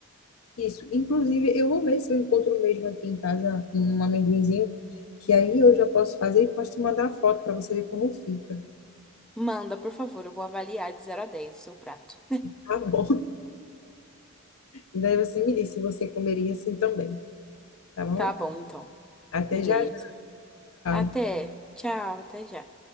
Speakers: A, on the left; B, in the centre.
A: isso. Inclusive, eu vou ver se eu encontro mesmo aqui em casa um amendoinzinho, que aí eu já posso fazer e posso te mandar a foto para você ver como fica.
B: Manda, por favor, eu vou avaliar de zero a 10 o seu prato.
A: Tá bom? <laughs> Daí você me diz se você comeria assim também, tá bom?
B: Tá bom, então.
A: Até
B: Beleza.
A: já, já.
B: Até.
A: Tchau.
B: Tchau, até já.